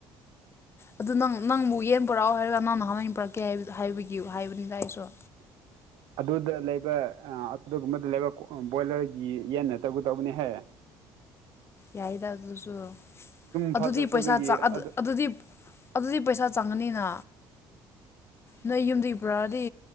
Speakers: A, on the left; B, on the right.
A: ꯑꯗꯨ ꯅꯪ ꯅꯪꯕꯨ ꯌꯦꯟ ꯄꯨꯔꯛꯑꯣ ꯍꯥꯏꯔꯒ ꯅꯪꯅ ꯍꯃꯟ ꯄꯨꯔꯛꯀꯦ ꯍꯥꯏ ꯍꯥꯏꯕꯒꯤ ꯍꯥꯏꯕꯅꯤ ꯇ ꯑꯩꯁꯨ
B: ꯎꯝ ꯑꯗꯨꯗ ꯂꯩꯕ ꯑꯗꯨꯒꯨꯝꯕꯗ ꯂꯩꯕ ꯕꯣꯏꯂꯔꯒꯤ ꯌꯦꯟ ꯅ ꯇꯧꯒ ꯇꯧꯕꯅꯤꯍ ꯎ
A: ꯌꯥꯏꯗ ꯑꯗꯨꯁꯨ
B: ꯐꯖꯗꯕꯒꯤ
A: ꯑꯗꯨꯗꯤ ꯄꯩꯁꯥ
B: ꯑꯗꯨ
A: ꯑꯗꯨꯗꯤ ꯑꯗꯨꯗꯤ ꯄꯩꯁꯥ ꯆꯪꯒꯅꯤꯅ ꯅꯣꯏ ꯌꯨꯝꯗꯒꯤ ꯄꯨꯔꯛꯑꯗꯤ